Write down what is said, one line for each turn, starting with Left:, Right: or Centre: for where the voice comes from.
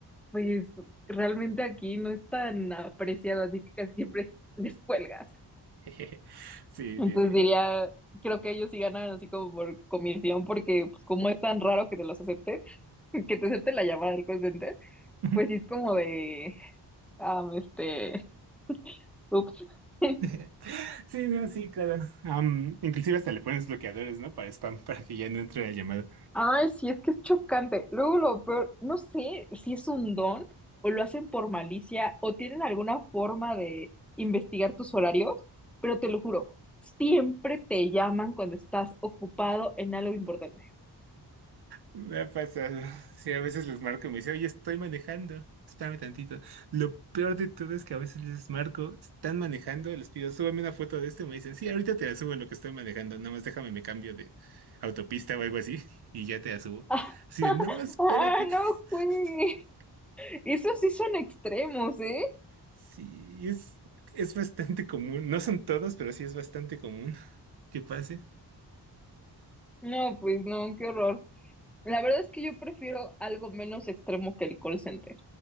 Centre: pues realmente aquí no es tan apreciado, así que casi siempre es- les cuelgas.
Right: <laughs> Sí,
Centre: Entonces
Right: sí,
Centre: diría, creo que ellos sí ganan así como por comisión, porque pues como es tan raro que te los acepten, <laughs> que te acepten la llamada del call center,
Right: sí.
Centre: pues sí es como de, ah, este, ups. <laughs>
Right: <laughs> Sí, no, sí, claro. Am, inclusive hasta le pones bloqueadores, ¿no? Para spam, para que ya no entre la llamada.
Centre: Ay, sí, es que es chocante. Luego lo peor, no sé si es un don o lo hacen por malicia o tienen alguna forma de investigar tus horarios, pero te lo juro, siempre te llaman cuando estás ocupado en algo importante.
Right: Me ha pasado. Sí, a veces les marco y me dice, oye, estoy manejando. Espérame tantito. Lo peor de todo es que a veces les marco, están manejando, les pido, súbame una foto de esto y me dicen, sí, ahorita te la subo en lo que estoy manejando, nada más déjame me cambio de autopista o algo así <laughs> y ya te la subo.
Centre: <laughs>
Right: Así de, no, espérate.
Centre: Ah,
Right: <laughs>
Centre: no, güey. Esos sí son extremos, ¿eh?
Right: Sí, es, es bastante común. No son todos, pero sí es bastante común que pase.
Centre: No, pues no, qué horror. La verdad es que yo prefiero algo menos extremo que el call center.